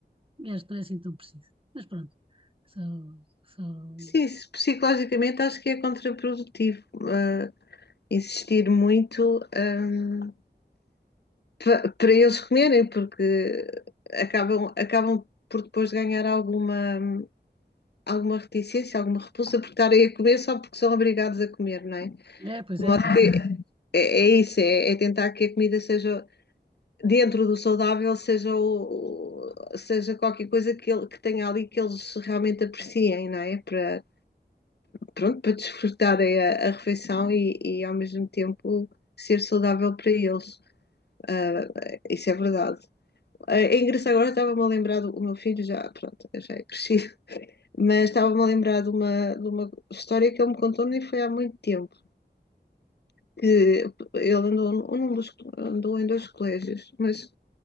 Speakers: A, on the right; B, on the left.
A: e acho que não é assim tão preciso. Mas pronto, só, só,
B: sim, se- psicologicamente acho que é contraprodutivo, ah, insistir muito, ahm, pa- para eles comerem, porque acabam, acabam por depois ganhar alguma, alguma reticência, alguma repulsa por estarem a comer só porque são obrigados a comer, não é?
A: é,
B: De
A: pois é,
B: modo
A: pois
B: que
A: é.
B: é, é isso, é, é tentar que a comida seja, dentro do saudável, seja, o- seja qualquer coisa que, ele- que tenha ali que eles realmente apreciem, não é? Para, pronto, para desfrutarem a, a refeição e, e ao mesmo tempo ser saudável para eles. Ah, isso é verdade. Ah, É engraçado, agora estava-me a lembrar do o meu filho, já, pronto, já é crescido, <laughs> mas estava-me a lembrar de uma, de uma história que ele me contou nem foi há muito tempo que ele andou, num dos- andou em dois colégios, mas